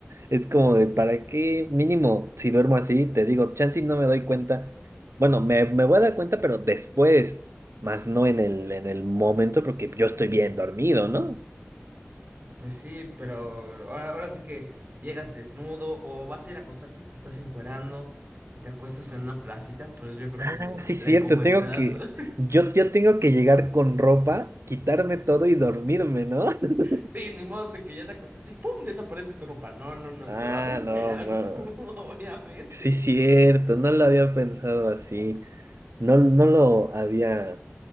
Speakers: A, on the right (about 80°); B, on the right (about 45°).
A: es como de, ¿para qué? Mínimo, si duermo así, te digo, chance y no me doy cuenta. Bueno, me, me voy a dar cuenta, pero después, más no en el, en el momento, porque yo estoy bien dormido, ¿no?
B: Pues sí, pero ahora, ahora sí que llegas desnudo o vas a ir a acostarte y te estás encuerando y te acuestas en una placita, pues yo creo
A: Ah,
B: que es la, inco-
A: Sí, cierto,
B: la incomodidad,
A: tengo que,
B: ¿no? <laughs>
A: yo, yo tengo que llegar con ropa, quitarme todo y dormirme, ¿no? <laughs>
B: Sí, ni modo de que ya te acostaste y ¡pum! desaparece tu ropa. No, no, no,
A: Ah,
B: te vas a encuerar
A: no, no.
B: tú, <laughs> obviamente.
A: Sí, cierto, no lo había pensado así. No, no lo había